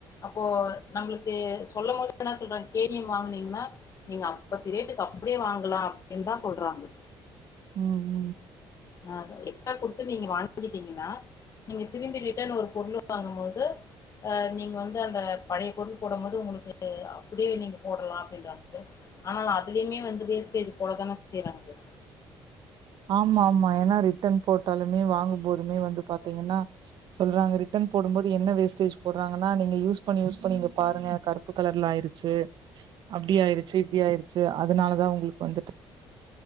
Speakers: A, on the left; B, on the right.
A: அப்போ நம்மளுக்கு சொல்லும் போது என்ன சொல்றாங்க கேடிஎம் வாங்குனீங்கன்னா நீங்க அப்ப திரேட்டுக்கு அப்படியே வாங்கலா அப்படின்னு தா சொல்றாங்க
B: உம்
A: ஆ எக்ஸ்ட்ரா கொடுத்து நீங்க வாங்கிட்டீங்கன்னா நீங்க திரும்பி ரிடன் ஒரு பொருள் வாங்கும் போது அ நீங்க வந்து அந்த பழைய பொருள் போடும் போது உங்களுக்கு அப்படியே நீங்க போடலா அப்படின்றாங்க ஆ அதுலயுமே வந்து வேஸ்டேஜ் போட தான செய்றாங்க
B: ஆமா ஆமா ஏன்னா ரிட்டன் போட்டாலுமே வாங்கும் போதுமே வந்து பாத்தீங்கன்னா சொல்றாங்க ரிட்டன் போடும் போது என்ன வேஸ்டேஜ் போடுறாங்கன்னா நீங்க யூஸ் யூஸ் பண்ணி யூஸ் பண்ணி இங்க பாருங்க கருப்பு கலர்ல ஆயிருச்சு அப்டி ஆடுயிருச்சு இப்படி ஆயிருச்சு அதனால தா உங்களுக்கு வந்துட்டு